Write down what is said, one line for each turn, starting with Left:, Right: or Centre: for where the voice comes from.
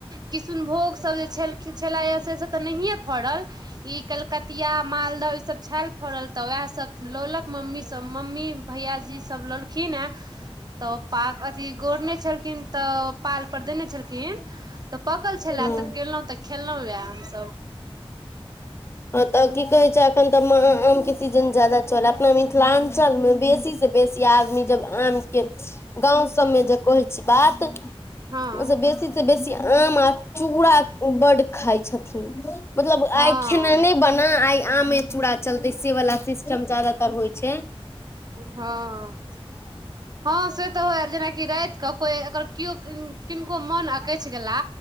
Right: किशुनभोग सब जे छलेए या से सब तऽ नहिए फड़ल ई कल तिया मालदह ईसभ छल फड़ल तऽ उएहसभ लौलक मम्मीसभ मम्मी भैयाजीसभ लोलखिन हेँ तऽ पा अथि गोरने छलखिन तऽ पाल पर देने छलखिन तऽ पाकल छलेए
Left: हूं
Right: तऽ गेलौं तऽ खेलौं यैए हमसब
Left: हँ तऽ की कहैत छै एखन तऽ आ आ आमके सीजन जादा चले अपना मिथिलाञ्चलमे बेसी से बेसी आदमी जब आम के गाँंव सबमे जे कहै छी बात ओइसे
Right: हँ
Left: बेसीसँ बेसी आम आ चूड़ा बड खाइ छथिन मतलब
Right: हँ
Left: आइ खाना नै बना आमे चूड़ा चलते से वला सिस्टम ज्यदातर होइ छैय
Right: हँ हँ से तऽ होए जेनाकि रात कऽ कोइ अगर केओ किनको मोन अकैछ गेला